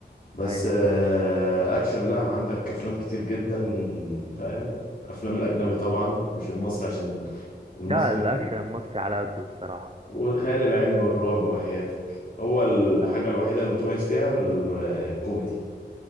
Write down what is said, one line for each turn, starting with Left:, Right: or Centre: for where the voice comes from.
Left: بس
Right: ايوه بالظبط
Left: آه، اكشن لا عندك افلام كتير جدا فاهم افلام الاجنبي طبعا مش المصري عشان المصري
Right: لا الاكشن المصري على قده الصراحه
Left: والخيال العلمي والرعب وحياتك هو الحاجة
Right: لا
Left: الوحيدة اللي متميز فيها ال- آه، الكوميدي